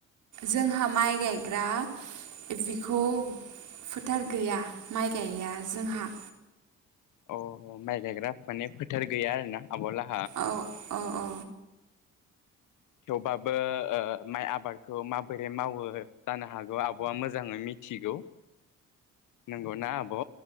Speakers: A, on the right; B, on the left.
A: जोंहा माइ गायग्रा बिखौ फोथार गैया। माइ गायया जोंहा
B: अ माइ गायग्रा माने फोथार गैया आरो ना आब'ला
A: औ अ अ
B: थेवबाबो ओ माइ आबादखौ माबोरै मावो जानो हागौ आब'आ मोजाङै मिथिगौ। नंगौ ना आब'